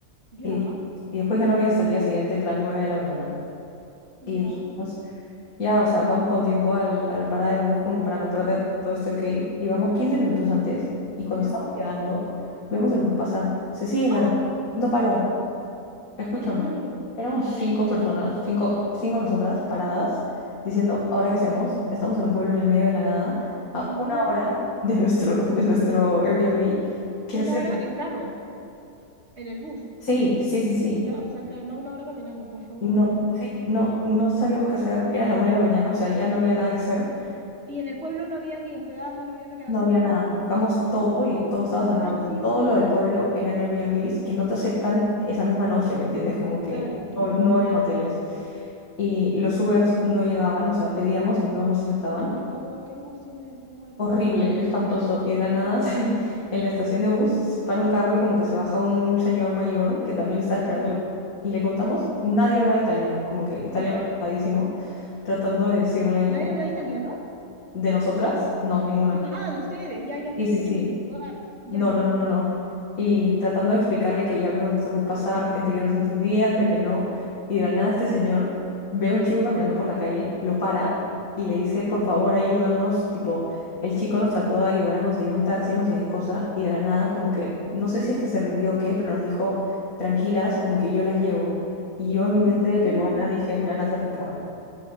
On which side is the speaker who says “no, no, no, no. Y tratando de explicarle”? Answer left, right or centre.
Left